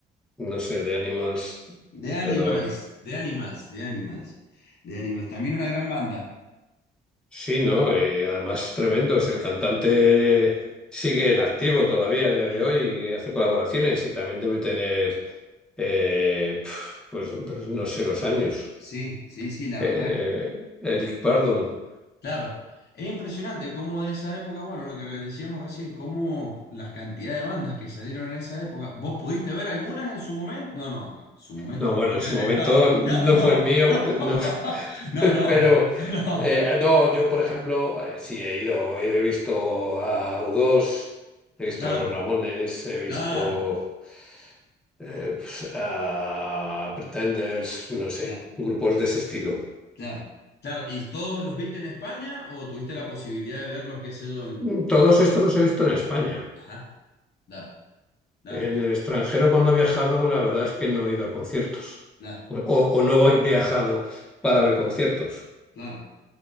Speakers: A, in the centre; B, on the left (about 55°).
A: No sé, de Animals,
B: The Animals,
A: The Door.
B: The Animals, The Animals, The Animals. También una gran banda.
A: Sí, ¿no? Eh, además, es tremendo. Es el cantante sigue en activo todavía a día de
B: Sí,
A: hoy y hace colaboraciones y también debe tener, eh, pf, pues, pues no sé, los años.
B: sí, sí, sí, la
A: Eh,
B: verdad.
A: Eric Burdon.
B: Claro. Es impresionante cómo de esa época, bueno, lo que re- decíamos recién, cómo las cantidades de bandas que salieron en esa época. ¿Vos pudiste ver algunas en su momento? No, no, no. En su momento
A: No,
B: no
A: bueno,
B: creo
A: en
B: que
A: su
B: haya
A: momento
B: estado. <laughs>
A: no
B: Claro, no.
A: fue el mío,
B: No,
A: eh, no <laughs>
B: <laughs> no, no.
A: pero
B: No.
A: eh, no, yo por ejemplo, eh, sí he ido, he visto a U2, he visto
B: Claro,
A: a Los Ramones, he visto
B: claro,
A: eh, pues, a Pretenders, no sé,
B: claro,
A: grupos de ese estilo.
B: claro. Claro. ¿Y todos los viste en España o tuviste la posibilidad de verlos, qué sé yo, en...
A: Mm, Todos estos los he visto en España.
B: Ajá, claro. Claro,
A: En el extranjero cuando he viajado, la verdad es que no he ido a conciertos
B: claro,
A: o, o no he viajado para ver conciertos.
B: claro.